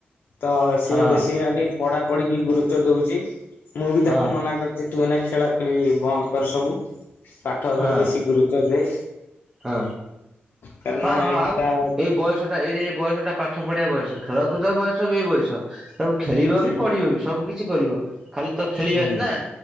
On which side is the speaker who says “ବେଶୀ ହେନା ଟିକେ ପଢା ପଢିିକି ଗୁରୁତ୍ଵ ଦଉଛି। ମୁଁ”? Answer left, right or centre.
Left